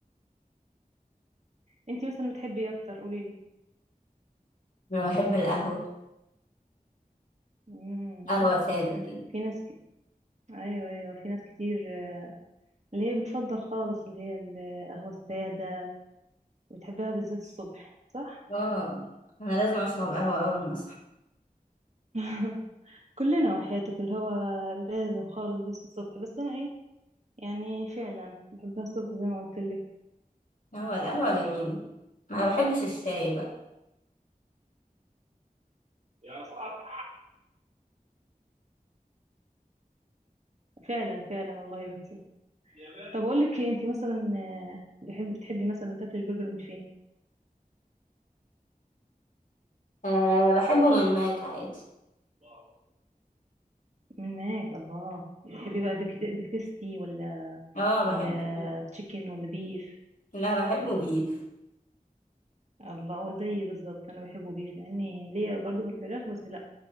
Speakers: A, on the right; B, on the left.
A: انت مثلا بتحبي ايه اكتر قولي لي
B: انا بحب القهوة
A: امم
B: قهوة سادة كده
A: في ناس ك... ايوه ايوه في ناس كتير آه، اللي هي بتفضل خالص اللي هي القهوة السادة بتحبها بالذات الصبح صح
B: اه انا لازم اشرب قهوة اول ما
A: <laughs> كلنا وحياتك اللي هو لازم خالص بس الصبح بس انا ايه يعني فعلا بحبها الصبح زي ما قلت لك
B: اه القهوة جميلة ما بحبش الشاي بقى
A: يا صاحبي فعلا فعلا والله يا بنتي يا طب بنت اقول لك إيه، انت مثلا آه، بحب بتحبي مثلا تاكلي البرجر من فين
B: أه بحبه من ماك عادي
A: الله من ماك الله بتحبي بقى بيك بيك تيستي ولا
B: اه بحبه
A: ولا تشيكن ولا بيف
B: لا بحبه بيف
A: الله هو زيي بالظبط انا بحبه بيف مع اني ليا برضه في الفراخ بس لا